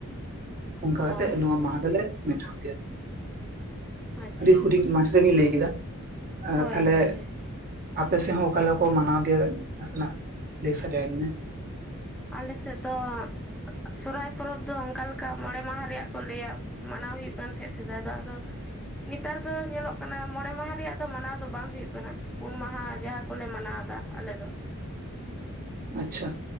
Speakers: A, on the right (about 40°); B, in the centre.
A: ᱚᱱᱠᱟ
B: ᱦᱚᱸ
A: ᱠᱟᱛᱮᱜ ᱱᱚᱣᱟ ᱢᱟᱦᱟ ᱫᱚᱞᱮ ᱢᱮᱴᱷᱟᱣ ᱜᱮᱭᱟ᱾
B: ᱟᱪᱪᱷᱟ
A: ᱟᱹᱰᱤ ᱦᱩᱰᱤᱧ ᱢᱟᱪᱷᱟ ᱤᱧ ᱞᱟᱹᱭ ᱠᱮᱫᱟ᱾
B: ᱦᱳᱭ
A: ᱛᱟᱦᱚᱞᱮ
B: ᱦᱳᱭ ᱦᱳᱭ
A: ᱟᱯᱮ ᱥᱮᱫ ᱦᱚᱸ ᱚᱠᱟᱮ ᱞᱮᱠᱟ ᱠᱚ ᱢᱟᱱᱟᱣ ᱜᱮᱭᱟ ᱱᱟᱥᱮᱱᱟᱜ ᱞᱟᱹᱭ ᱥᱟᱰᱮ ᱤᱧ ᱢᱮ?
B: ᱟᱞᱮ ᱥᱮᱫ ᱫᱚ ᱥᱚᱨᱟᱭ ᱯᱚᱨᱚᱵᱽ ᱫᱚ ᱚᱱᱠᱟ ᱞᱮᱠᱟ ᱢᱚᱬᱮ ᱢᱟᱦᱟ ᱨᱮᱭᱟᱜ ᱠᱚ ᱞᱟᱹᱭᱟ᱾ ᱢᱟᱱᱟᱣ ᱦᱩᱭᱩᱜ ᱠᱟᱱ ᱛᱟᱦᱮᱸᱫ ᱥᱮᱫᱟᱭ ᱫᱚ ᱟᱫᱚ ᱱᱮᱛᱟᱨ ᱫᱚ ᱧᱮᱞᱚᱜ ᱠᱟᱱᱟ ᱢᱚᱬᱮ ᱢᱟᱦᱟ ᱨᱮᱭᱟᱜ ᱫᱚ ᱢᱟᱱᱟᱣ ᱫᱚ ᱵᱟᱝ ᱦᱩᱭᱩᱜ‌ ᱠᱟᱱᱟ᱾ ᱯᱩᱱ ᱢᱟᱦᱟ ᱡᱟᱦᱟᱸ ᱠᱚᱞᱮ ᱢᱟᱱᱟᱣ ᱫᱟ ᱟᱞᱮ ᱫᱚ
A: ᱟᱪᱪᱷᱟ